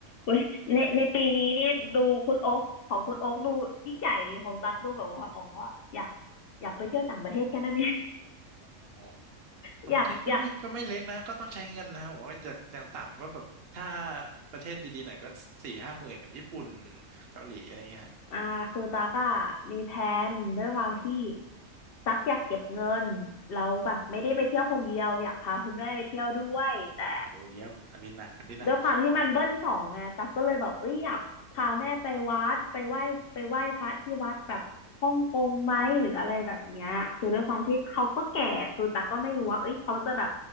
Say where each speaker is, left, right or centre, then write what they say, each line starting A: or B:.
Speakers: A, on the left; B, on the right.
A: อุ๊ยในในปีนี้นี่ดูคุณโอ๊คของคุณโอ๊คดูยิ่งใหญ่ของตักดูแบบว่าอ๋ออยากอยากไปเที่ยวต่างประเทศแค่นั้นเอง
B: อ๋อต่างประเทศก็ไม่ก็ไม่เล็กนะก็ต้องใช้เงินนะผมว่าอย่างอย่างต่ำก็แบบถ้า
A: <laughs> อยากอยาก
B: ประเทศดีๆหน่อยก็สี่ห้าหมื่นแบบญี่ปุ่นเกาหลีอะไรเงี้ย
A: อ่าคือตาก็มีแผนด้วยความที่ตักอยากเก็บเงินแล้วแบบไม่ได้ไปเที่ยวคนเดียวอยากพาคุณแม่ไปเที่ยวด้วยแต่
B: โอ้เยี่ยมอันนี้หนักอันนี้หนัก
A: ด้วยความที่มันเบิ้ลสองไงตักก็เลยแบบเอ้ยอยากพาแม่ไปวัดไปไหว้ไปไหว้พระที่วัดแบบฮ่องกงไหมหรืออะไรแบบเนี้ยคือด้วยความที่เขาก็แก่คือตักก็ไม่รู้ว่าเอ้ยเขาจะแบบ
B: อืมอืม